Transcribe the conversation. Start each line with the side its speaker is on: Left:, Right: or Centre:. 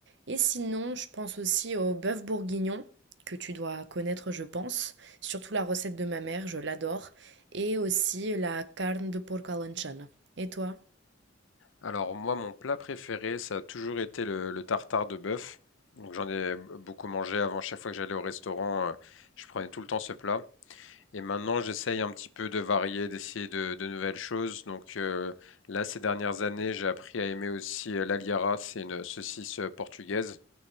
Right: et sinon, je pense aussi au bœuf bourguignon, que tu dois connaître, je pense, surtout la recette de ma mère, je l'adore et aussi la carne de porc à l'anchon. Et toi?
Left: Alors, moi, mon plat préféré, ça a toujours été le, le tartare de bœuf. Donc, j'en ai beaucoup mangé avant. Chaque fois que j'allais au restaurant, euh, je prenais tout le temps ce plat. Et maintenant, j'essaye un petit peu de varier, d'essayer de, de nouvelles choses. Donc, euh, là, ces dernières années, j'ai appris à aimer aussi euh, l'aliara. C'est une saucisse euh, portugaise,